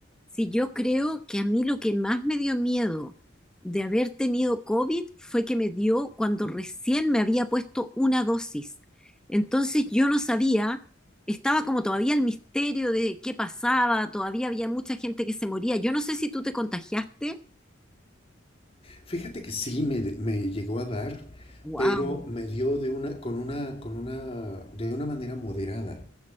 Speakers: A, in the centre; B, on the left.
A: Si yo creo que a mí lo que más me dio miedo de haber tenido COVID fue que me dio cuando recién me había puesto una dosis. Entonces yo no sabía, estaba como todavía el misterio de qué pasaba, todavía había mucha gente que se moría. Yo no sé si tú te contagiaste.
B: Fíjate que sí me, me llegó a dar,
A: Wow.
B: pero me dio de una, con una, con una, de una manera moderada.